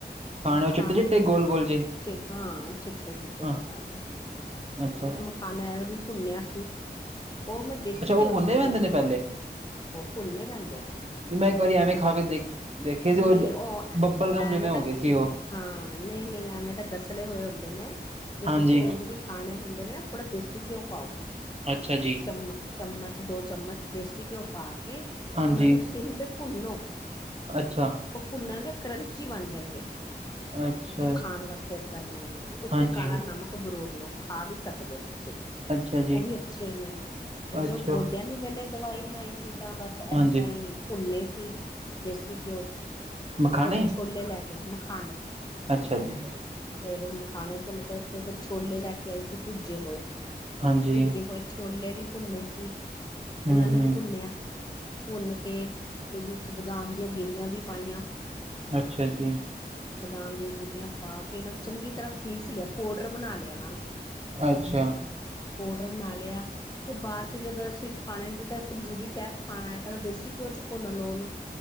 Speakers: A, on the left; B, on the right.
A: ਮਖਾਣੇ,
B: ਉਹ ਚਿੱਟੇ-ਚਿੱਟੇ ਗੋਲ-ਗੋਲ ਜੇ?
A: ਹਾਂ ਚਿੱਟੇ ਚਿੱਟੇ
B: ਹਾਂ,
A: ਮਖਾਣੇ।
B: ਅੱਛਾ।
A: ਖਾਣੇ ਆਲਾ ਵੀ ਭੁੰਨਿਆ ਸੀ। ਓ ਮੈਂ ਦੇਸੀ
B: ਅੱਛਾ ਉਹ
A: ਘਿਓ ਚ ਭੁੰਨੇ
B: ਰਹਿੰਦੇ
A: ਸੀ।
B: ਨੇ ਪਹਿਲੇ?
A: ਉਹ ਭੁੰਨੇ ਪੈਂਦੇ ਨੇ।
B: ਮੈਂ ਇੱਕ ਵਾਰੀ ਐਵੇਂ ਖਾ ਕੇ ਦੇਖ ਦੇਖੇ ਸੀ ਓ
A: ਨਹੀਂ ਉਹ
B: ਬੱਬਲ ਗਾਮ
A: ਐਵੇਂ
B: ਜਿਵੇਂ
A: ਤਾਂ
B: ਹੋਗੇ ਸੀ ਓ।
A: ਹਾਂ, ਨਈ ਨਈ ਐਵੇਂ ਤਾਂ ਗਸਲੇ ਹੋਏ ਹੁੰਦੇ ਨੇ ਜੇ
B: ਹਾਂਜੀ।
A: ਤੁਸੀਂ ਉਂਝ ਵੀ ਖਾਣੇ ਹੁੰਦੇ ਨੇ ਨਾ ਥੋੜ੍ਹਾ ਦੇਸੀ ਘਿਓ ਪਾਓ।
B: ਅੱਛਾ ਜੀ।
A: ਚਮ ਚਮਚ ਦੋ ਚਮਚ ਦੇਸੀ ਘਿਓ ਪਾ ਕੇ
B: ਹਾਂਜੀ
A: ਓਨਾਂ ਨੂੰ ਸਿਮ ਤੇ ਭੁੰਨੋ,
B: ਅੱਛਾ
A: ਓ ਭੁੰਨਣਗੇ ਕਰੰਚੀ ਬਣ ਜਾਨਗੇ।
B: ਅੱਛਾ
A: ਜੋ ਖਾਣ ਵਾਸਤੇ ਕਰਨੇ ਨੇ ਉੱਤੇ
B: ਹਾਂਜੀ
A: ਕਾਲਾ ਨਮਕ ਬਰੂਰ ਲੋ। ਖਾ ਵੀ ਸਕਦੇ ਓ ਤੁਸੀਂ।
B: ਅੱਛਾ ਜੀ।
A: ਉਹ ਵੀ ਅੱਛੇ
B: ਅੱਛਾ
A: ਜੋ ਗੋਡਿਆਂ ਲਈ ਮੈਨੇ ਦਵਾਈ ਬਣਾਈ ਸੀ, ਤਾਂ ਬਸ
B: ਹਾਂਜੀ
A: ਏਸ ਤਰ੍ਹਾਂ ਹੀ ਭੁੰਨੇ ਸੀ ਦੇਸੀ ਘਿਓ ਚ।
B: ਮਖਾਣੇ
A: ਤੇ ਛੋਲੇ ਲੈ ਕੇ ਮਖਾਣੇ
B: ਅੱਛਾ ਜੀ
A: ਫੇਰ ਮਖਾਣੇ ਭੁੰਨ ਕੇ ਰੱਖੇ, ਫੇਰ ਛੋਲੇ ਲੈ ਕੇ ਆਈ ਸੀ ਭੁੱਜੇ ਹੋਏ,
B: ਹਾਂਜੀ
A: ਭੁੱਜੇ ਹੋਏ ਛੋਲੇ ਵੀ ਭੁੰਨੇ ਸੀ,
B: ਹੂੰ
A: ਓਨਾਂ ਨੂੰ
B: ਹੂੰ
A: ਵੀ ਭੁੰਨਿਆ। ਭੁੰਨ ਕੇ, ਤੇ ਵਿੱਚ ਬਦਾਮ ਦੀਆਂ ਗਿਰੀਆਂ ਵੀ ਪਾਈਆਂ।
B: ਅੱਛਾ ਜੀ।
A: ਬਦਾਮ ਦੀਆ ਗਿਰੀਆਂ। ਪਾ ਕੇ ਇਨਾਂ ਨੂੰ ਚੰਗੀ ਤਰ੍ਹਾਂ ਪੀਸ ਲਿਆ ਪੋਡਰ ਬਣਾ ਲਿਆ ਓਨਾਂ ਦਾ।
B: ਅੱਛਾ
A: ਪੋਡਰ ਬਣਾ ਲਿਆ, ਤੇ ਬਾਂਚੋ ਜਦੋਂ ਅਸੀਂ ਖਾਣੇ ਜਿੱਦਾਂ ਪੰਜੀਰੀ ਟੈਪ ਖਾਣਾ ਐ ਤਾਂ ਦੇਸੀ ਘਿਓ ਚ ਭੁੰਨ ਲੋ ਉਹਨੂੰ,